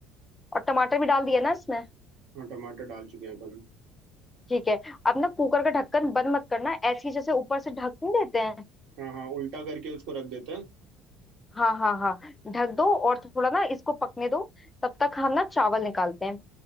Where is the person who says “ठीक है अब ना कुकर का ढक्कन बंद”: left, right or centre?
Left